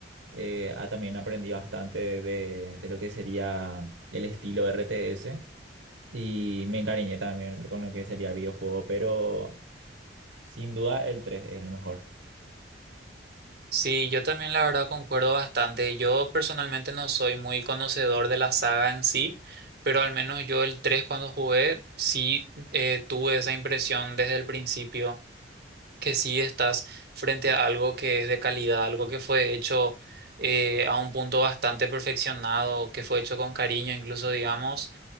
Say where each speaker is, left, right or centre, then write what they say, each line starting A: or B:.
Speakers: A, on the right; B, on the right.
A: eh, ah, también aprendí bastante de, de de lo que sería el estilo RTS. Y me encariñé también con lo que sería videojuego, pero sin duda el 3 es el mejor.
B: Sí, yo también la verdad concuerdo bastante. Yo personalmente no soy muy conocedor de la saga en sí, pero al menos yo el 3 cuando jugué sí eh, tuve esa impresión desde el principio. que sí estás frente a algo que es de calidad, algo que fue hecho eh, a un punto bastante perfeccionado, que fue hecho con cariño incluso, digamos.